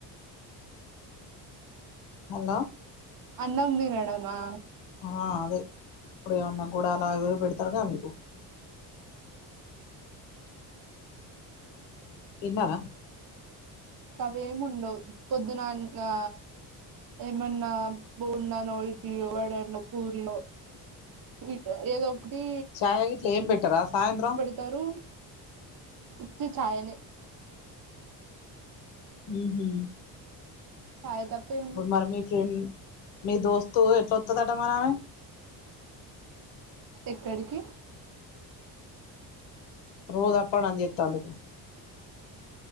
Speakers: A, on the left; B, on the right.
A: హల్లో
B: అన్నమ్ తినడమా
A: ఆ అదే ఇప్పుడు ఏమన్నా గుడాలో అవేవో పెడతారుగా మీకు తిన్నారా
B: ఆవేముండవు పొద్దునన్న ఆ ఏమన్నా బోండనో ఇడ్లియో వడనో పూరియో ఇట్ ఏదో ఒకటి
A: చాయగిట్ల ఏం పెట్టారా సాయంత్రం
B: పెడ్తారు ఉత్తి చాయనే
A: ఉహు
B: చాయ్ తప్ప ఏం
A: ఇప్పుడు మరి మీ ఫ్రెండ్ మీ దోస్తు ఎట్లొత్తదాట మరి ఆమె
B: ఎక్కడికి
A: రోజు అప్ప డౌన్ చేత్తందకు